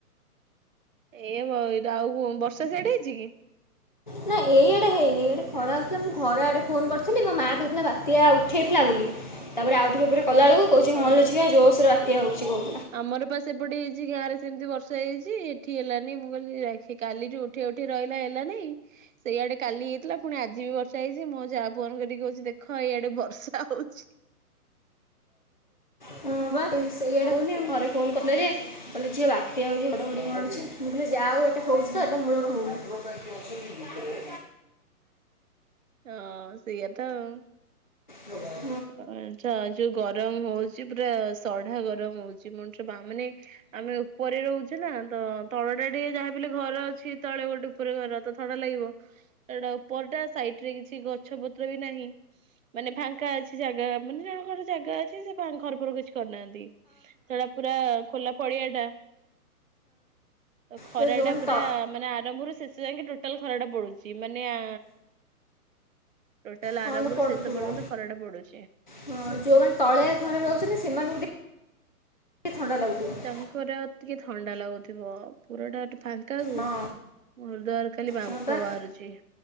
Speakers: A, on the right (about 55°); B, on the left (about 35°).
A: ଏଇ ବଇଦ ଆଉ ବର୍ଷା ଛାଡି ଯାଇଚି କି?
B: ହ ନା ଏଇଆଡେ ହେଇନି ଇଆଡେ ଖରା ହଉଥିଲା ମୁଁ ଘର ଆଡେ ଫୋନ କରିଥିଲି ମୋ ମା କହୁଥିଲା ବାତ୍ୟା ଉଠେଇଥିଲା ବୋଲି। ତାପରେ ଆଉ ଟିକେ ପରେ କଲା ବେଳକୁ କହୁଛି
A: ହଁ।
B: ହଁଲୋ ଝିଅ ଜୋସରେ ବାତ୍ୟା ହଉଛି କଉ
A: ଆମର ପା ସେପଟେ ହେଇଛି ଗାଁରେ ସେମିତି ବର୍ଷା ହେଇଛି ଏଠି ଠି ହେଲାନି ମୁଁ କହିଲି କାଲିଠୁ ଉଠି ଉଠି ରହିଲା ହେଲାନେଇଁ। ସେଇଆଡେ କାଲି ହେଇଥିଲା ପୁଣି ଆଜି ବି ବର୍ଷା ହେଇଛି ମୋ ଯାଆ ଫୋନ୍ କରିକି କହୁଛି ଦେଖ ଏଇଆଡେ ବର୍ଷା ହଉଛି।
B: ହଁ ବା ସେଇଆଡେ ହଉନି ଘରେ ଫୋନ କରିଲେ ଯେ <inaudible> କହିଲେ ଝିଅ ବାତ୍ୟା ହଉଛି ଘଡଘଡି ମଡୁଛି ମୁଁ କହିଲି ଯାହା ହଉ ଏଟ ହଉଛି ତ ଏଠିି ମୂଳରୁ ହଉନି। ଯୁଗରେ।
A: ହଁ ସେଇଆ ତ ଆଉ।
B: ହଁ
A: ଆଛା ଯୋଉ ଗରମ ହଉଛି ପୁରା ସଢା ଗରମ ହଉ ଚି ମଣିଷ ବା ମାନେ ଆମେ ଉପରେ ରହୁଚୁ ନା ତ ତଳଟା ଟିକେ ଯାହାବି ହେଲେ ଘର ଅଛି। ତଳେ ଗୋଟେ ଉପୁରେ ଘର ତ ଥଡା ଲାଗିବ। ସେଟା ଉପର ଟା ସାଇଟ୍ ରେ କିଛି ଗଛ ପତ୍ର ବି ନାହିଁ ମାନେ ଫାଙ୍କା ଅଛି। ଗା ମାନେ ଜଣଙ୍କର ଜାଗା ଅଛି ସେ ଘର ଫର କିଛି କରିନାହାନ୍ତି ଥଡା ପୁରା ଆ ଖୋଲା ପଡିଆ ଟା ତ ଖରା
B: ସେ ଯେଉଁମାନେ
A: ଟା ପୁରା।
B: ତ
A: ମାନେ ଆରମ୍ଭରୁ ଶେଷ ଯାଙ୍କେ ଟୋଟାଲ ଖରା ଟା ପଡୁଛି ମାନେ ଆ ଟୋଟାଲ
B: ହଁ
A: ଆରମ୍ଭରୁ
B: ତ ପଡ଼ୁଥିବ
A: ଶେଷପର୍ଯ୍ୟନ୍ତ ଖରା ଟା ପଡୁଛି।
B: ହଁ ଯୋଉମାନେ ତଳିଆ ଘରେ ରହୁଛନ୍ତି ସେମାନଙ୍କୁ ଟିକେ ଥଣ୍ଡା ଲାଗୁଥିବ।
A: ତାଙ୍କର ତିକେ ଥଣ୍ଡା ଲାଗୁଥିବ ପୁରଟା ଟିକେ ଫା ଙ୍କା କୁ
B: ହଁ
A: ମର ଦେହରୁ ଖାଲି ବାମ୍ଫ
B: ହଁ ବା
A: ବାହାରୁଛି।